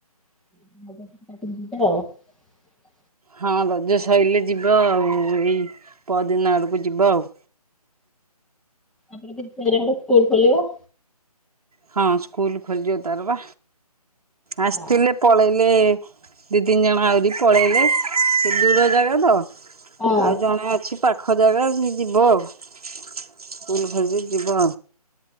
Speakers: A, in the centre; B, on the right.
A: <inaudible>
B: ହଁ ରଜ ସରିଲେ ଯିବା ଆଉ ଏଇ ପଦିନ ଆଡକୁ ଯିବା ଆଉ।
A: ଆପଣ ସ୍କୁଲ ଖଲିବ
B: ହଁ। ସ୍କୁଲ ଖୋୋଲିଯ ତାର ବା ଆସିଥିଲେ
A: ହଁ
B: ପଳେଇ ଦି ତିନି ଜଣ ଆହୁରି ପଳେଇଲେ ସେ ଦୂର ଜାଗା ତ
A: ହଁ
B: ଆଉ ଜଣେ ଅଛି ପାଖ ଖୋଜାଗ ଯିବ ଉଲ ଭାବି ଯିବ